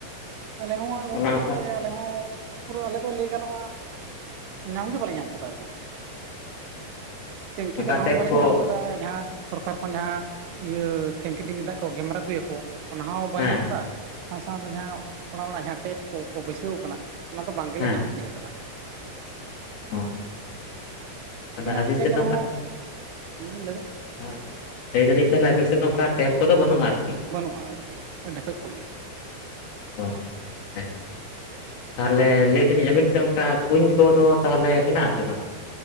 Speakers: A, on the right; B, on the left.
A: ᱟᱞᱮ ᱦᱚᱸ
B: ᱚᱱᱟ ᱚᱱᱠᱟ
A: <inaudible> ᱟᱞᱮ ᱦᱚᱸ ᱯᱩᱨᱟᱹ ᱟᱞᱮ ᱫᱚ ᱞᱟᱹᱭ ᱜᱟᱱᱚᱜᱼᱟ ᱧᱟᱢ ᱜᱮ ᱵᱟᱞᱮ ᱧᱟᱢ ᱠᱟᱫᱟ ᱟᱞᱮ ᱫᱚ ᱾ ᱴᱮᱝᱠᱤ
B: ᱚᱱᱠᱟ
A: ᱫᱟᱜ ᱦᱚᱸ
B: ᱴᱮᱯ
A: ᱵᱟᱞᱮ
B: ᱠᱚ
A: ᱧᱟᱢ ᱠᱟᱫ ᱛᱟ ᱡᱟᱦᱟᱸ ᱥᱚᱨᱠᱟᱨ ᱠᱷᱚᱱ ᱡᱟᱦᱟᱸ ᱤᱭᱟᱹ ᱴᱮᱝᱠᱤ ᱰᱤᱝ ᱫᱟᱜ ᱠᱚ ᱜᱮᱢᱮᱨ ᱟᱹᱜᱩ ᱟᱠᱚ ᱚᱱᱟ ᱦᱚᱸ ᱵᱟᱞᱮ
B: ᱦᱮᱸ
A: ᱧᱟᱢ ᱠᱟᱜ ᱥᱟᱶ ᱥᱟᱶᱛᱮ ᱡᱟᱦᱟᱸ ᱚᱲᱟᱜ ᱚᱲᱟᱜ ᱡᱟᱦᱟᱸ ᱴᱮᱯ ᱠᱚᱠᱚ ᱵᱟᱹᱭᱥᱟᱹᱣ ᱠᱟᱱᱟ ᱚᱱᱟ ᱫᱚ ᱵᱟᱝ ᱜᱮᱞᱮ
B: ᱦᱮᱸ
A: ᱧᱟᱢ ᱛᱤᱭᱟᱹ ᱟᱠᱟᱫᱟ ᱾
B: ᱟᱪᱪᱷᱟ, ᱛᱟᱦᱚᱞᱮ
A: <inaudible>
B: ᱟᱹᱵᱤᱱ ᱥᱮᱫ
A: ᱦᱩᱸ ᱞᱟᱹᱭᱵᱮᱱ
B: ᱛᱟᱨ ᱞᱟᱹᱭ ᱫᱟᱹᱞᱤᱧ ᱛᱟᱦᱞᱮ ᱟᱹᱵᱤᱱ ᱥᱮᱸᱫ ᱫᱚ ᱚᱝᱠᱟ ᱴᱮᱯ ᱠᱚᱫᱚ ᱵᱟᱹᱱᱩᱜᱼᱟ ᱟᱨᱠᱤ?
A: ᱵᱟᱹᱱᱩᱜᱼᱟ ᱜᱚᱝᱠᱮ ᱰᱷᱮᱠᱚᱡ ᱠᱚᱞ ᱜᱮ ᱾
B: ᱟ ᱟᱪᱪᱷᱟ ᱟᱪ ᱾ ᱛᱟᱦᱞᱮ ᱞᱟᱹᱭ ᱫᱟᱹᱞᱤᱧ ᱟᱵᱤᱱ ᱥᱮᱜ ᱚᱱᱠᱟ ᱠᱩᱧ ᱠᱚᱫᱚ ᱛᱟᱦᱞᱮ ᱢᱮᱱᱟᱜᱼᱟ ᱥᱮ ᱵᱟᱝ?